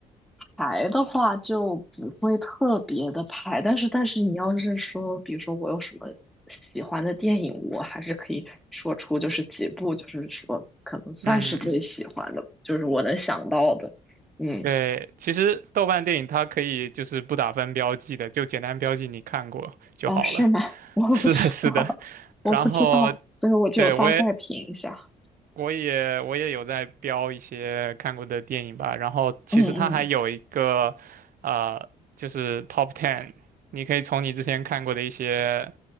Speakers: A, in the centre; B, on the right (about 60°).
A: 排的话就不会特别的排，但是但是你要是说，比如说我有什么喜欢的电影，我还是可以说出就是几部，就是说可能算是最喜欢的，
B: 嗯，
A: 就是我能想到的，嗯。
B: 对，其实豆瓣电影它可以就是不打分标记的，就简单标记你看过就好了。
A: 哦，是吗？<laughs>
B: <laughs>
A: 我不知道，
B: 是的，是的，
A: 我不知道，
B: 然后
A: 所以我就大概评一下。
B: 对我也我也我也有在标一些看过的电影吧，然后其实它还有一个，
A: 嗯嗯，
B: 呃，就是 Top Ten，你可以从你之前看过的一些，